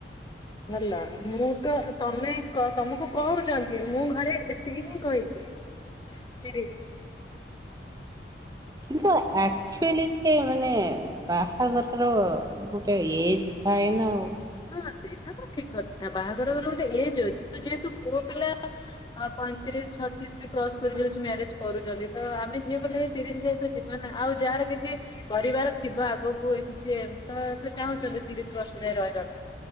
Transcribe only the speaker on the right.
କିନ୍ତୁ ଅ କ୍ଚୁଆଲି ସେ ମାନେ ବାହାଘରର ଗୋଟେ ଏଜ ଥାଏ ନା ଆଉ।